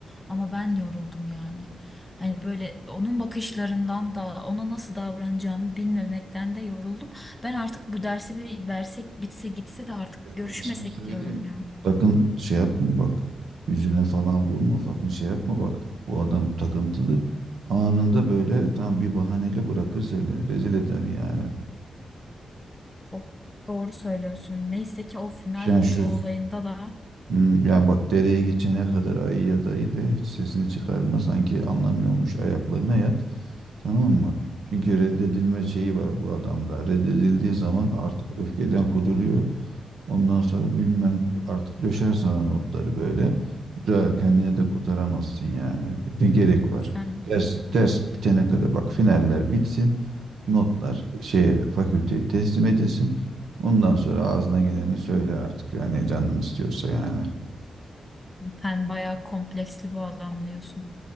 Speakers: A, in the centre; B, on the right.
A: ama ben yoruldum yani. Hani böyle onun bakışlarından da ona nasıl davranacağımı bilmemekten de yoruldum. Ben artık bu dersi bir versek bitse gitse de artık
B: Ya
A: görüşmesek
B: ben sana söyleyeyim.
A: diyorum ya.
B: Sakın şey yapma bak. Yüzüne falan vurma. Sakın şey yapma bak. Bu adam takıntılı. Anında böyle tam bir bahaneyle bırakır seni. Rezil eder yani.
A: Of, doğru söylüyorsun. Neyse ki o final
B: Yani
A: notu
B: şu
A: olayında da
B: Hmm, yani bak dereye geçene kadar ayı ya dayı de hiç sesini çıkarma sanki anlamıyormuş ayaklarına yat tamam mı? Çünkü reddedilme şeyi var bu adamda. Reddedildiği zaman artık öfkeden kuduruyor. Ondan sonra bilmem artık döşer sana notları böyle. Ra- Kendini de kurtaramazsın yani. Ne gerek var?
A: sen
B: Ders, ders bitene kadar bak finaller bitsin. Notlar şeye fakülteye teslim edilsin. Ondan sonra ağzına geleni söyle artık. Yani canın istiyorsa yani.
A: sen bayağı kompleksli bu adam diyorsun.